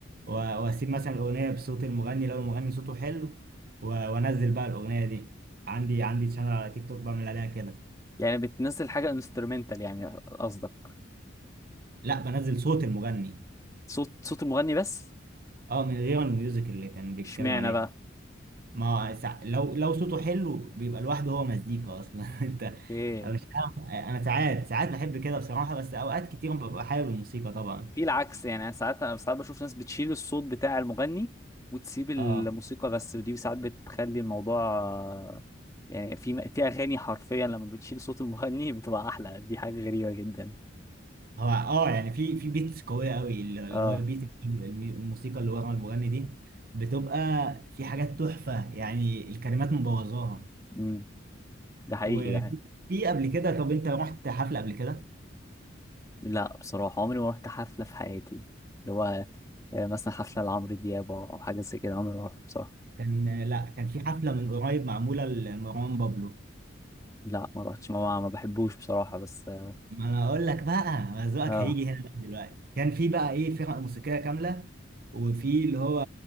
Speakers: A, on the right; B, on the left.
A: و- واسيب مثلا الاغنيه بصوت المغني لو المغني صوته حلو و- وانزل بقى الاغنيه دي عندي عندي شانل على تيك توك بعمل عليها كده
B: يعني بتنزل حاجه انسترومنتال يعني قصدك
A: لا بنزل صوت المغني
B: صوت صوت المغني بس
A: اه من غير الميوزك اللي كان بيتكلم
B: اشمعنى
A: عليها
B: بقى
A: ما هو سع- لو لو صوته حلو بيبقى لوحده هو مزيكا اصلا <laughs> انت
B: ايه
A: مش فاهم انا ساعات ساعات بحب كده بصراحه بس اوقات كتير ببقى حابب الموسيقى طبعا
B: في العكس يعني انا ساعات انا ساعات بشوف ناس بتشيل الصوت بتاع المغني وتسيب الموسيقى
A: اه
B: بس ودي ساعات بتخلي الموضوع آه، يعني في في اغاني حرفيا لما بتشيل صوت المغني بتبقى احلى دي حاجه غريبه جدا
A: هو اه يعني في في بيتس قويه قوي اللي اللي
B: اه
A: هو بيت الم- الم- الموسيقى اللي ورا المغني دي بتبقى في حاجات تحفه يعني الكلمات مبوظاها
B: امم ده حقيقي
A: وفي
B: ده حقيقي
A: قبل كده طب انت رحت حفله قبل كده
B: لا بصراحه عمري ما رحت حفله في حياتي اللي هو آه، مثلا حفله لعمرو دياب او حاجه زي كده عمري ما رحت بصراحه
A: كان لا كان في حفله من قريب معموله لمروان بابلو
B: لا ما رحتش ما, ما بحبوش بصراحه بس اه
A: ما انا اقول لك بقى ما ذوقك
B: اه
A: هيجي هنا بقى دلوقتي كان في بقى ايه فرق موسيقيه كامله وفي اللي هو